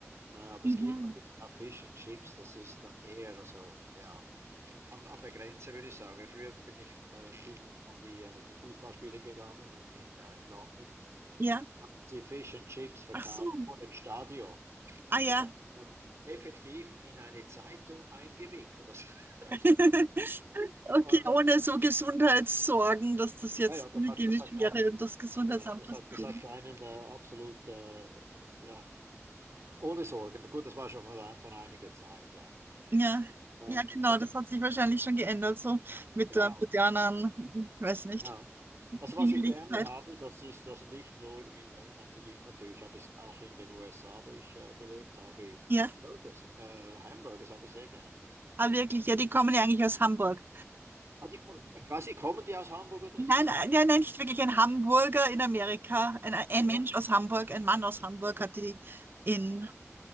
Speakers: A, on the right; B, on the right.
A: Äh, aber
B: Mhm.
A: es gibt natürlich auch Fish and Chips, das ist dann eher, also ja. An, an der Grenze würde ich sagen. Früher bin ich äh, viel an die, äh, die Fußballspiele gegangen in, in, äh, in London
B: Ja,
A: und da haben sie Fish and Chips verkauft
B: ach so.
A: vor dem Stadion.
B: Ah
A: Und
B: ja.
A: das hat man dann effektiv in eine Zeitung eingewickelt. Das, <laughs>
B: <laughs>
A: das
B: Okay,
A: war,
B: ohne so Gesundheitssorgen, dass das jetzt
A: ja, ja, das
B: hygienisch
A: hat, das hat
B: wäre
A: keinen,
B: und das Gesundheitsamt
A: genau, das
B: was
A: hat,
B: dagegen
A: das hat keinen äh, absolut, äh, ja, ohne Sorgen. Gut, das war schon von, von einiger Zeit, ja.
B: Ja,
A: Ähm,
B: ja, genau,
A: was
B: das
A: ich,
B: hat sich wahrscheinlich schon geändert, so mit
A: genau.
B: der modernen, weiß nicht,
A: Ja. Also was
B: Jünglichkeit.
A: ich gerne habe, das ist das nicht nur in England, die gibt natürlich, habe es auch in den USA, wo ich äh, gelebt habe,
B: Ja,
A: Burgers, äh, Hamburgers habe ich sehr gern.
B: ah, wirklich, ja, die kommen ja eigentlich aus Hamburg.
A: Ah, die, kommen- ich weiß nicht, kommen die aus Hamburg oder
B: Nein,
A: nicht? Das,
B: äh, ja, nein, nicht wirklich ein Hamburger in Amerika. Ein, ein
A: ja,
B: Mensch
A: ja.
B: aus Hamburg, ein Mann aus Hamburg hat die in